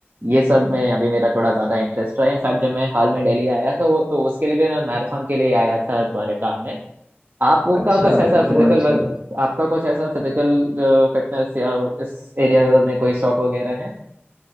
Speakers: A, on the right; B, on the right.
A: ये सब में अभी मेरा थोड़ा ज्यादा इंटरेस्ट रहा इनफैक्ट जब मैं हाल में दिल्ली आया था वो तो उसके लिए भी मैं मैराथन के लिए आया था द्वारका में आपका
B: अच्छा
A: कुछ ऐसा
B: ये
A: फिजिकल
B: तो बहुत अच्छी
A: वर्क
B: बात
A: आपका कुछ ऐसा फिजिकल फिटनेस या इस एरिया में कोई शौक वगैरह है